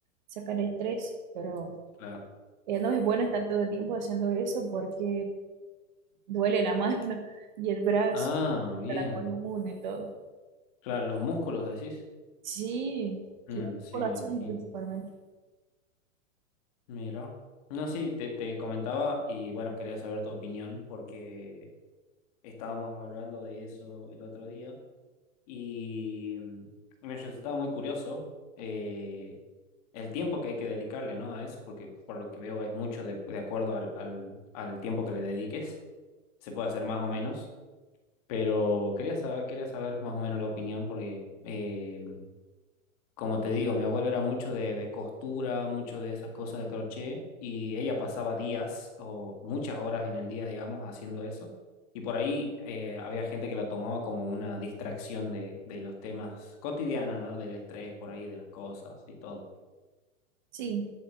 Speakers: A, on the right; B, on the left.
A: sacar estrés, pero
B: claro.
A: eh, no es bueno estar todo el tiempo haciendo eso porque duele la mano <laughs> y el brazo,
B: Ah,
A: hasta
B: bien.
A: la columna y todo.
B: Claro, los músculos decís.
A: Sí,
B: Mm,
A: las articulaciones
B: sí, me imagino.
A: principalmente.
B: Mira. No, sí, te, te comentaba y bueno, quería saber tu opinión porque estábamos hablando de eso el otro día y mm, me resultaba muy curioso. eh, el tiempo que hay que dedicarle, ¿no? A eso, porque por lo que veo es mucho de, de acuerdo al, al, al tiempo que le dediques. Se puede hacer más o menos, pero quería saber, quería saber más o menos la opinión porque, eh, como te digo, mi abuela era mucho de, de costura, mucho de esas cosas de crochet y ella pasaba días o muchas horas en el día, digamos, haciendo eso. Y por ahí eh, había gente que la tomaba como una distracción de, de los temas cotidianos, ¿no? Del estrés por ahí, de las cosas y todo.
A: Sí,